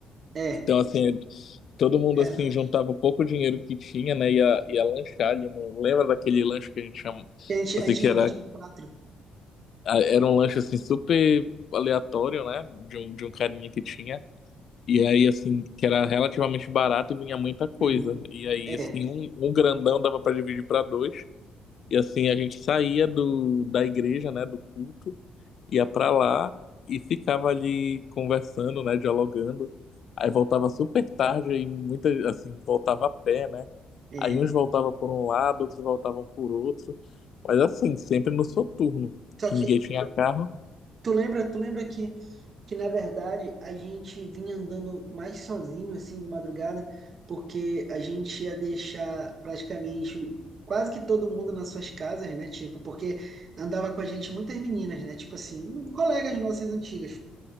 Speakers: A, on the right; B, on the left.
A: é,
B: Então, assim, é, todo mundo
A: verdade.
B: assim juntava o pouco dinheiro que tinha, né? Ia, ia lanchar ali. Não lembra daquele lanche que a gente chama,
A: E A gente,
B: assim,
A: a gente
B: que
A: dividia
B: era,
A: em quatro.
B: a- era um lanche assim super aleatório, né? De um, de um carinha que tinha. E aí, assim, que era relativamente barato e vinha muita coisa.
A: Uhum.
B: E aí,
A: É,
B: assim, um, um grandão dava para dividir para dois. E assim, a gente saía do, da igreja, né, do culto, ia pra lá e ficava ali conversando, né, dialogando. Aí voltava super tarde e muita, assim, voltava a pé, né?
A: é.
B: Aí uns voltavam por um lado, outros voltavam por outro. Mas assim, sempre no soturno,
A: Só
B: que
A: que
B: ninguém tinha carro.
A: Tu lembra, tu lembra que, que na verdade a gente vinha andando mais sozinho assim de madrugada, porque a gente ia deixar praticamente quase que todo mundo nas suas casas, né? Tipo, porque andava com a gente muitas meninas, né? Tipo assim, colegas nossas antigas,